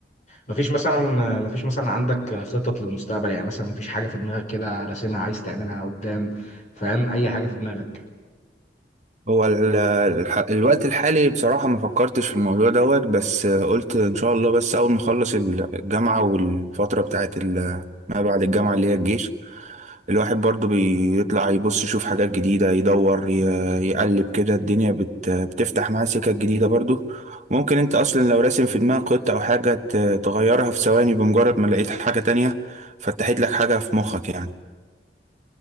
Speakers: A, on the left; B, on the right.
A: مفيش مثلا مفيش مثلا عندك خطط للمستقبل يعني مثلا مفيش حاجة في دماغك كده راسمها عايز تعملها قدام فاهم أي حاجة في دماغك
B: هو ال- الح- الوقت الحالي بصراحة ما فكرتش في الموضوع دوت بس آه، قلت إن شاء الله بس أول ما أخلص الجامعة والفترة بتاعت ال- ما بعد الجامعة اللي هي الجيش الواحد برضو بيطلع يبص يشوف حاجات جديدة يدور ي- يقلب كده الدنيا بت- بتفتح معاه سكة جديدة برضو ممكن أنت أصلا لو راسم في دماغك خطة أو حاجة ت- تغيرها في ثواني بمجرد ما لقيت حاجة تانية فتحت لك حاجة في مخك يعني